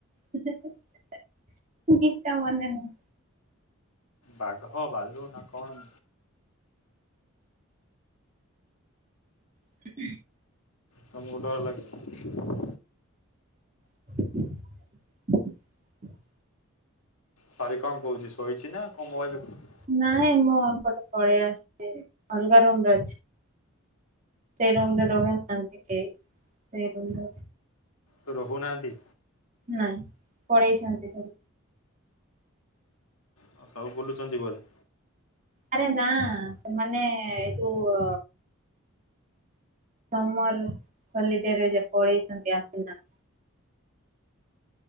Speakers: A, on the right; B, on the left.
A: <unintelligible> ଗୀତ ମନେ ନାହିଁ।
B: ବାଘ, ବାଲୁ ନା କଣ?
A: <inaudible>
B: ତମକୁ ଡର ଲାଗିବ?
A: <inaudible>
B: ସରି କଣ କହୁଛି ଶୋଇଛି ନା ହଁ ମୋବାଇଲ ଦେଖୁଥିଲି।
A: ନାଇଁ ମୁଁ ଅ ପଟେ ପଳେଇ ଆସିଛି ଅଲଗା ରୁମରେ ଅଛି। ସେଇ ରୁମ ରେ ରହେ ମୁଁ <unintelligible> ସେଇ ରୁମରେ ଅଛି।
B: ତ ରହୁନାହାନ୍ତି?
A: ନାଇଁ ପଳେଇଛନ୍ତି ସବୁ।
B: ହଁ ସବୁ ବୁଲୁଛନ୍ତି ବୋଧେ।
A: ଆରେ ନା ସେମାନେ ଏଇଠୁଅ ସମର ହଲିଡେରେ ଯେ ପଳେଇଛନ୍ତି ଆସିନା